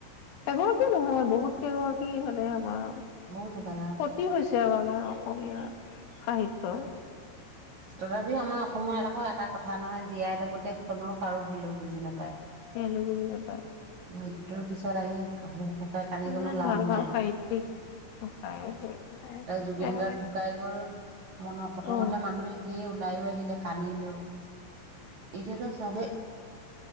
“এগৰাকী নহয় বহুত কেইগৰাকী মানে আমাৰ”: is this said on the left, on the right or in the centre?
Left